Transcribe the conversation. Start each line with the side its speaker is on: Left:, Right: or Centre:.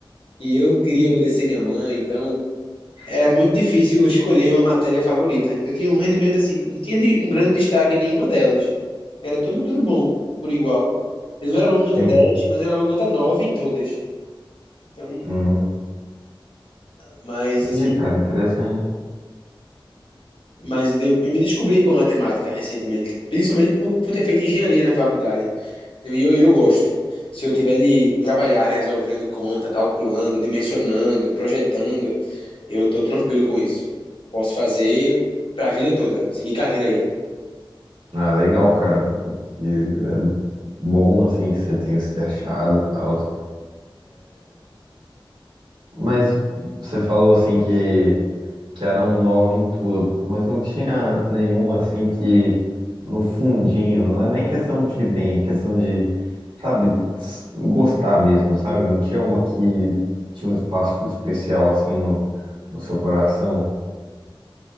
Left: E eu queria obedecer minha mãe, então era muito difícil escolher uma matéria favorita. Eu tinha um rendimento assim, não tinha de- um grande destaque em nenhuma delas. Era tudo, tudo bom, por igual. Eu não era aluno nota
Right: sim.
Left: 10, mas era aluno nota 9 em todas. Então,
Right: Hum,
Left: mas
Right: entendi,
Left: assim,
Right: cara, interessante.
Left: mas eu, eu me descobri com matemática recentemente, principalmente por, por ter feito engenharia na faculdade. Então, e eu, eu gosto. Se eu tiver de trabalhar resolvendo conta, calculando, dimensionando, projetando, eu tô tranquilo com isso. Posso fazer pra vida toda, seguir carreira aí.
Right: Ah, legal, cara. Que é bom, assim, que você tenha se achado e tal. Mas você falou assim que, que era um nove em tudo, mas não tinha nenhuma assim que no fundinho, não é nem questão de ir bem, é questão de, sabe, s- gostar mesmo, sabe? Não tinha uma que tinha um espaço especial assim no, no seu coração.